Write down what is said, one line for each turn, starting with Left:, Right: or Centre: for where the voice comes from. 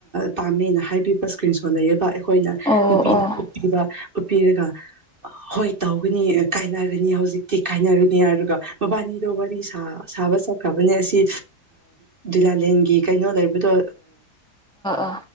Right: ꯄꯥꯝꯃꯦꯅ ꯍꯥꯏꯕꯤꯕ ꯏꯁꯀ꯭ꯔꯤꯟ ꯁꯣꯠ ꯂꯩꯌꯦꯕ ꯑꯩꯈꯣꯏꯅ
Centre: ꯑꯣ
Right: ꯅꯨꯄꯤꯅ
Centre: ꯑꯣ ꯑꯥ
Right: ꯎꯠꯄꯤꯕ ꯎꯠꯄꯤꯔꯒ ꯍꯣꯏ ꯇꯧꯒꯅꯤ ꯀꯥꯏꯅꯔꯅꯤ ꯍꯧꯖꯤꯛꯇꯤ ꯀꯥꯏꯅꯔꯅꯤ ꯑꯗꯨꯒ ꯃꯕꯥꯅꯤꯗꯣ ꯋꯥꯔꯤ ꯁꯥꯕ ꯆꯠꯈ꯭ꯔꯕꯅꯦ ꯑꯁꯤ ꯂꯥꯂꯦꯟꯒꯤ ꯀꯩꯅꯣ ꯂꯩꯕꯗꯣ
Centre: ꯑꯥ